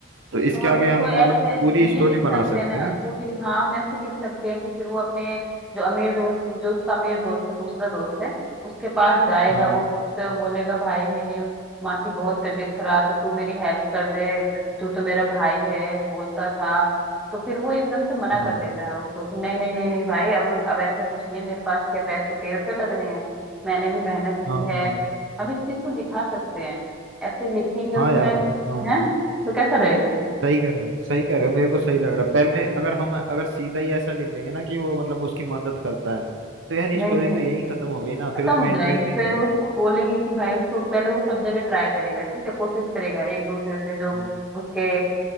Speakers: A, on the right (about 70°); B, in the centre.
A: तो इसके
B: तो हम
A: आगे
B: इसको
A: हम
B: ऐसे
A: मतलब पूरी
B: भी
A: स्टोरी
B: ये लिख
A: बना
B: सकते
A: सकते
B: हैं ना
A: हैं
B: पूरी हाँ हम ऐसे लिख सकते हैं कि फिर वो अपने जो अमीर दोस्त जो उसका अमीर दोस्त है दूसरा दोस्त है उसके पास जाएगा
A: हाँ
B: वो फिर उससे वो बोलेगा भाई मेरी माँ की बहुत तबीयत खराब है तू मेरी हेल्प कर दे तू तो मेरा भाई है बोलता था तो फिर वो एकदम से मना कर
A: हाँ
B: देता है उसको कि नहीं नहीं नहीं नहीं भाई अब अब ऐसा कुछ नहीं है मेरे पास क्या पैसे पेड़ पे लग रहे हैं मैंने भी मेहनत की
A: हाँ
B: है
A: हाँ
B: हम इस चीज को दिखा सकते हैं ऐसे लिखेंगे
A: हाँ
B: उसमें
A: यार हाँ
B: है तो कैसा रहेगा
A: सही कह रहे हो सही कह रहे हो मेरे को सही लग रहा है पहले अगर हम अगर सीधा ही ऐसा लिख देंगे ना कि वो मतलब उसकी मदद करता है तो यार
B: नहीं
A: स्टोरी
B: नहीं
A: तो यहीं खत्म हो गई ना
B: खत्म
A: फिर उसमें
B: हो
A: इंटरेस्टिंग
B: जाएगी फिर
A: क्या होगा
B: उसको बोलेंगे कि भाई उसको पहले वो सब जगह ट्राई करेगा ठीक है कोशिश करेगा एक दूसरे से जो
A: हाँ
B: उसके